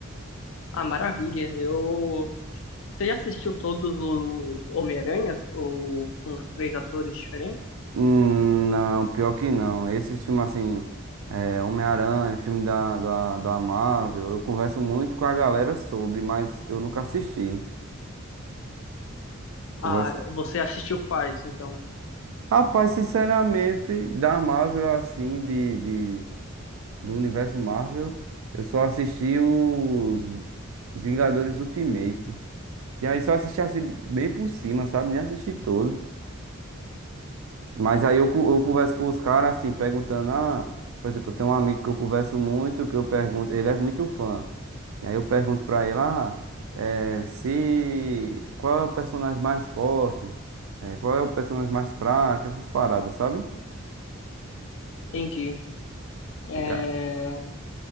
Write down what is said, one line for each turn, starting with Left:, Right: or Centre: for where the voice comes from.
Left: Ah, maravilha. Eu. Você já assistiu todos os Homem-Aranhas, ou com os três atores diferentes?
Right: Hum, Não, pior que não. Esses filmes assim, é, Homem-Aranha, filme da, da, da Marvel, eu converso muito com a galera sobre, mas eu nunca assisti. Converso...
Left: Ah, você assistiu quais, então?
Right: Rapaz, sinceramente, da Marvel assim, de, de, do universo Marvel, eu só assisti os, os Vingadores Ultimate. Que aí só assisti assim, bem por cima, sabe? Nem assisti todo. Mas aí eu, co- eu converso com os caras assim, perguntando, ah, por exemplo, eu tenho um amigo que eu converso muito, que eu pergunto, ele é muito fã. E aí eu pergunto pra ele, ah, eh, se qual é o personagem mais forte, Eh, qual é o personagem mais fraco, essas paradas, sabe?
Left: Entendi. É...
Right: E a-